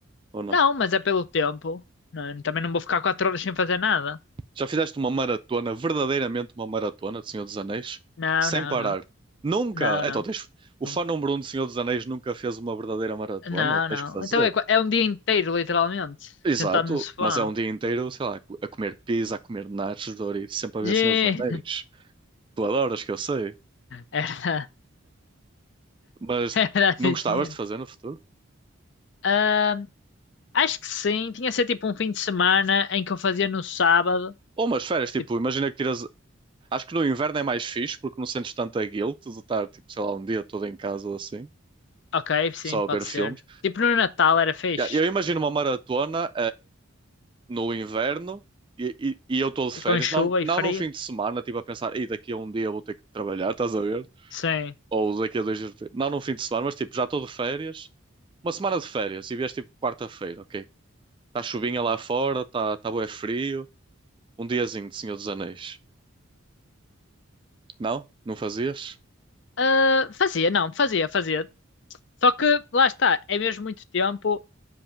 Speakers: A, on the right (about 25°); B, on the left (about 55°).
A: Ou não?
B: Não, mas é pelo tempo. Não, é? também não vou ficar quatro horas sem fazer nada.
A: Já fizeste uma maratona, verdadeiramente uma maratona de Senhor dos Anéis,
B: Não,
A: sem
B: não,
A: parar.
B: não.
A: Nunca.
B: Não, não.
A: Então, tens... o
B: Não,
A: fã número um de Senhor dos Anéis nunca fez uma verdadeira maratona.
B: não.
A: Tens
B: não.
A: que fazer.
B: Então é, qua- é um dia inteiro, literalmente,
A: Exato,
B: sentado num sofá.
A: mas é um dia inteiro, sei lá, a comer pizza, a comer nachos, Doritos, sempre a
B: Gê.
A: ver Senhor dos Anéis. Tu adoras, que eu sei,
B: <laughs> Era,
A: mas
B: era assim,
A: não gostavas
B: senhor.
A: de fazer no futuro?
B: Ahm, acho que sim, tinha que ser tipo um fim de semana em que eu fazia no sábado.
A: Ou umas férias, tipo,
B: Tipo,
A: imagina que tiras. Acho que no inverno é mais fixe porque não sentes tanta guilt de estar, tipo, sei lá, um dia todo em casa ou assim,
B: ok, sim,
A: só
B: pode
A: a ver
B: ser.
A: filmes.
B: Tipo no Natal era fixe.
A: Ya, Eu imagino uma maratona. no inverno e, e, e eu estou de férias,
B: com chuva
A: não, não
B: e frio.
A: num fim de semana, tipo a pensar, e daqui a um dia vou ter que trabalhar, estás a ver?
B: Sim.
A: Ou daqui a dois dias, vou ter-" não num fim de semana, mas tipo, já estou de férias, uma semana de férias e vieste tipo quarta-feira, ok? Está chuvinha lá fora, está tá bué frio, um diazinho de Senhor dos Anéis. Não? Não fazias?
B: Ah, fazia, não, fazia, fazia. Só que lá está, é mesmo muito tempo